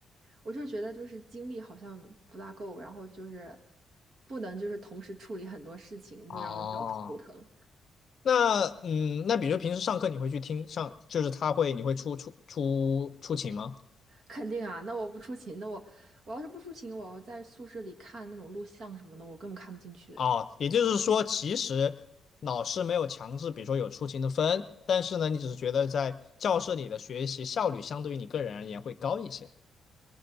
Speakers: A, on the right (about 60°); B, on the left (about 50°).
A: 我就觉得就是精力好像不大够，然后就是不能就是同时处理很多事情，
B: 哦。
A: 就让我比较头疼。
B: 那嗯，那比如平时上课你会去听上，就是他会你会出出出出勤吗？
A: 肯定啊，那我不出勤，那我我要是不出勤，我要在宿舍里看那种录像什么的，我根本看不进去。
B: 哦，也就是说，其实老师没有强制，比如说有出勤的分，但是呢，你只是觉得在教室里的学习效率相对于你个人而言会高一些